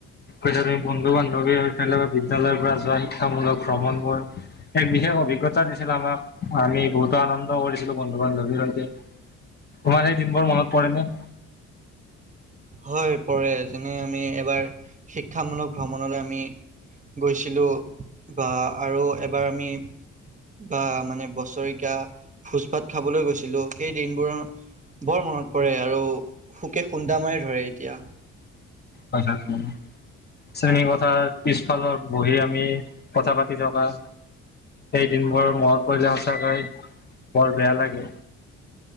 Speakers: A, on the left; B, on the right.
A: হয় তাতে বন্ধু বান্ধৱী সৈতে লগত বিদ্যালয়ৰ পৰা যোৱা শিক্ষামূলক ভ্ৰমণবোৰ। এক বিশেষ অভিজ্ঞতা দিছিল আমাক আমি বহুতো আনন্দ কৰিছিলোঁ বন্ধু বান্ধৱীৰ সৈতে। তোমাৰ সেই দিনবোৰ মনত পৰে নে।
B: হয় পৰে যেনে আমি এবাৰ শিক্ষামূলক ভ্ৰমণলৈ আমি। গৈছিলোঁ বা আৰু এবাৰ আমি। বা মানে বছৰেকীয়া ভোজ ভাত খাবলৈ গৈছিলোঁ সেই দিনবোৰ। বৰ মনত পৰে আৰু সুকে খুন্দা মাৰি ধৰে এতিয়া।
A: হয় তাত মোৰ। শ্ৰেণী কোঠাত পিছফালত বহি আমি কথা পাতি থকা। সেই দিনবোৰ মনত পৰিলে সঁচাকৈ বৰ বেয়া লাগে।